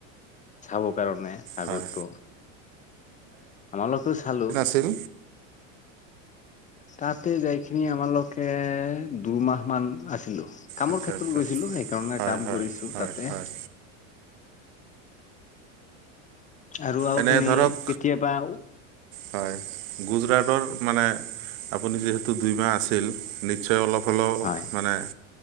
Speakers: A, on the left; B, on the right.
A: চাব কাৰণে আগৰটো
B: হয়
A: আমালোকেও চালো।
B: ছিল।
A: তাতে যাইকেনে আমালোকে দুমাহ মান আছিলো। কামৰ
B: আচ্ছা
A: ক্ষেত্ৰত
B: আচ্ছা
A: গৈছিলো সেইকাৰণে
B: হয়
A: কাম
B: হয়
A: কৰিছো
B: হয়
A: তাতে।
B: হয়
A: আৰু আপুনি
B: এনে ধৰক
A: কেতিয়াবাও।
B: হয়', গুজৰাটৰ মানে আপুনি যিহেতু দুইমাহ আছিল নিশ্চয় অলপ। হলেও
A: হয়
B: মানে